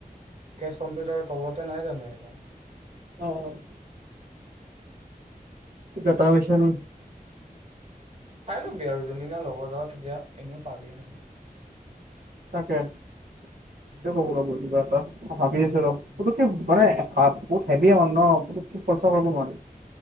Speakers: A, on the right; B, on the right.
A: কেচ কম্পিউটাৰৰ তলতে নাই জানো? এইখন।
B: অ'। ডাটামেশ্বন।
A: চাই লবি আৰু যোনদিনা ল'ব যাওঁ তেতিয়া এনেও পাবিয়েই নহয়।
B: তাকে। সেইটোৱে
A: উম
B: কৰিব লাগিব কিবা বা <unintelligible> ভাবি আছো ৰ
A: উম
B: পুতুককে মানে <unintelligible> হেভি হয় ন পুতুককে খৰচা কৰিব নোৱাৰি।